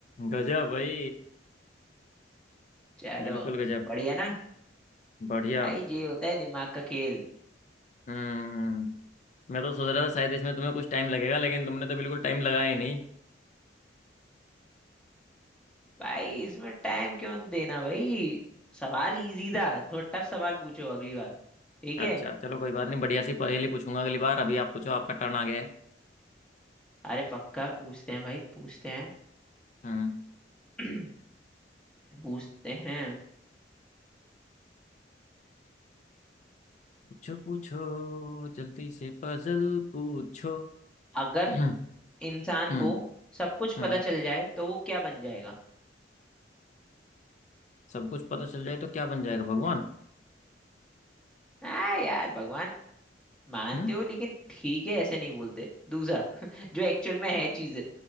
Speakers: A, on the left; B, in the centre.
A: गजब भाई
B: चलो
A: बिल्कुल गजब
B: बढ़िया ना
A: बढ़िया
B: भाई ये होता है दिमाग का खेल
A: हम्म मैं तो सोच रहा था शायद इसमें तुम्हें कुछ टाइम लगेगा लेकिन तुमने तो बिल्कुल टाइम लगाया ही नहीं
B: भाई इसमें टाइम क्यों देना भाई सवाल इजी था थोड़ा टफ सवाल पूछो अगली बार ठीक है
A: अच्छा चलो कोई बात नहीं बढ़िया सी पहेली पूछूंगा अगली बार अभी आप पूछो आपका टर्न आ गया है
B: अरे पक्का पूछते हैं भाई पूछते हैं
A: हम्म
B: <clears throat> पूछते हैं
A: पूछो पूछो जल्दी से पजल पूछो <clears throat>
B: अगर
A: हम्म
B: इंसान
A: हम्म
B: को सब कुछ
A: हम्म।
B: पता चल जाए तो वो क्या बन जाएगा
A: सब कुछ पता चल जाए तो क्या बन जाएगा भगवान
B: हाँ यार भगवान मानते
A: हम्म
B: हो लेकिन ठीक है ऐसे नहीं बोलते दूसरा <laughs> जो एक्चुअल में है चीज